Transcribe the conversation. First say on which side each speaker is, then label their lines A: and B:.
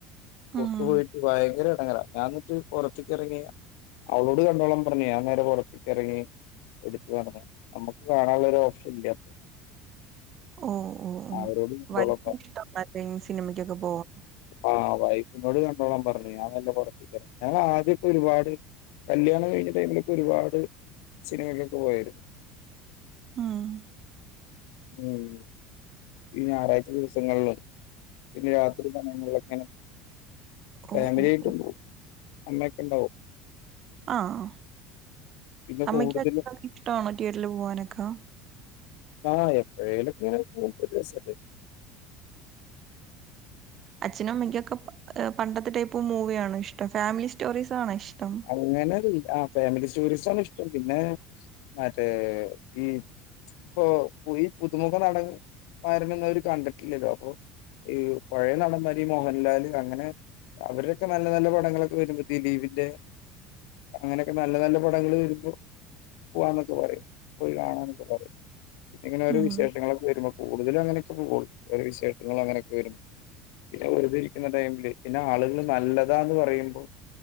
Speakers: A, on the left; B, on the right.
A: പുറത്തു
B: ഉം
A: പോയിട്ട് ഭയങ്കര ഇടങ്ങറ നാന്നിട്ട് പുറത്ക്ക് ഇറങ്ങിയ. അവളോട് കണ്ടോളാം പറഞ്ഞേ ഞൻ നേരെ പുറത്ക്ക് ഇറങ്ങി എടുത്തു നടന്നു നമ്മുക്ക് കാണാനുള്ള രോഓപ്ഷൻ ഇല്ല...
B: ഓഹ് ഓഹ് ഓഹ്
A: അവരോട് കണ്ടോളാൻ
B: വലിയ
A: പറഞ്ഞു
B: ഇഷ്ട മറ്റേ സിനിമയ്ക്കൊക്കെ പോവും
A: ആഹ് വൈഫിനോട് കണ്ടോളാൻ പറഞ്ഞു ഞാൻ ഞാൻ ആദ്യക്കെ ഒരുപാട് കല്യാണം കഴിഞ്ഞ ടൈമിലൊക്കെ ഒരുപാട് സിനിമകൊക്കെ പോയിരുന്നു
B: ആഹ്
A: ഉം ഈ ഞായറാഴ്ച ദിവസങ്ങളിലും പിന്നെ രാത്രി സമയങ്ങളിലൊക്കെ.. ഫാമിലിായിട്ടുംപോവും
B: ഓ ഓ ഓ.
A: അമ്മൊക്കെ ഉണ്ടാവും
B: ആഹ്
A: പിന്നെ
B: അമ്മയ്ക്ക്
A: കൂടുതലും
B: അഅച്ഛനൊക്കെ ഇഷ്ടമാണോ തിയറ്ററില് പോവാനൊക്കെ...
A: ആഹ് എപ്പയെലോകെങ്ങെനെ പോകും രസല്ലേ !!!!!!!!
B: അച്ഛനും അമ്മക്കൊക്കെ അച്ഛനുമ്മയ്ക്കൊക്കെ പണ്ടത്തെ ടൈപ്പ് മൂവിയാണോ ഇഷ്ടം ഫാമിലി സ്റ്റോറീസാ ആണോ ഇഷ്ടം..
A: അങ്ങനെ ആ ഫാമിലി സ്റ്റോറിസാണ് ഇഷ്ടം പിന്നെ മറ്റേ ഈ പ്പോ ഈ പുതുമുഖം നടന്മാരെ ഒന്നും അവര് കണ്ടിട്ടില്ലല്ലോ അപ്പൊ ഈ പഴയ നടന്മാര് ഇ മോഹൻലാല് അങ്ങനെ.. അവരൊക്കെ നല്ല നല്ല പടങ്ങളൊക്കെ വരുമ്പോ ഈ ദിലീപിന്റെ.. അങ്ങനെയൊക്കെ നല്ല നല്ല പടങ്ങൾ വരുമ്പോ പോവാന്നൊക്കെ പറയും പോയി കാണാന്നൊക്കെ പറയും പിന്നെങ്ങനെ ഓരോ
B: ഉം.
A: വിശേഷങ്ങളൊക്കെവരുമ്പോ കൂടുതലും അങ്ങനൊക്കെ പോകുള്ളൂ ഓരോ വിശേഷങ്ങൾ അങ്ങനൊക്കെ വരുമ്പോ പിന്നെ വെറുതെ ഇരിക്കുന്ന ടൈമില് പിന്നെ ആളുകള് നല്ലതാന്ന് പറയുമ്പോ